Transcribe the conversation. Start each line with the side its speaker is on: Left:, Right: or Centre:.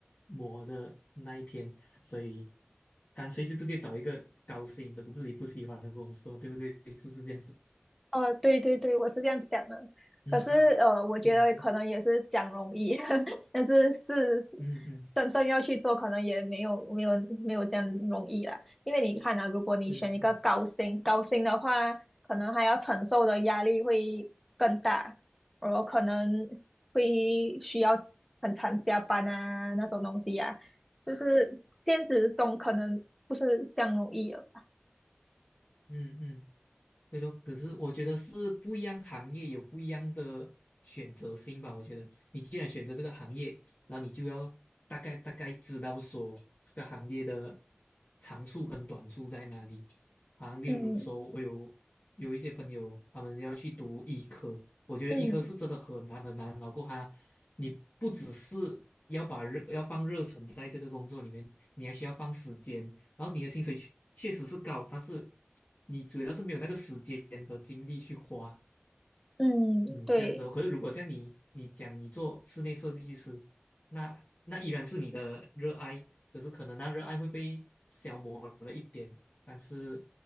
Left: 磨的那一天，所以干脆就直接找一个高薪可是自己不喜欢的工作，对不对？是不是这样子？
Centre: 呃，对对对，我是这样想的。
Left: 嗯嗯。
Centre: 可是呃，我觉得可能也是讲容易，
Left: 嗯
Centre: <laughs> 但是是是
Left: 嗯嗯
Centre: 真正要去做，可能也没有没有没有这样容易啦。因为你看啊，如果你选一个高薪，
Left: 嗯嗯
Centre: 高薪的话，可能还要承受的压力会更大，我可能会需要很常加班啊那种东西呀、就是现实中可能不是这样容易了。
Left: 嗯，嗯，对说，可是我觉得是不一样行业有不一样的选择性吧。我觉得你既然选择这个行业，然后你就要大概大概知道说这个行业的长处跟短处在哪里。啊，例如说，
Centre: 嗯
Left: 我有有一些朋友他们要去读医科，我觉得医科是真的很难很难。
Centre: 嗯
Left: 然后他，你不只是要把热要放热忱在这个工作里面，你还需要放时间，然后你的薪水确确实是高，但是你主要是没有那个时间和精力去花，
Centre: 嗯，
Left: 嗯，
Centre: 对，
Left: 这样子哦。可是如果像你，你讲你做室内设计师，那那依然是你的热爱，可是可能那热爱会被消磨了一点，但是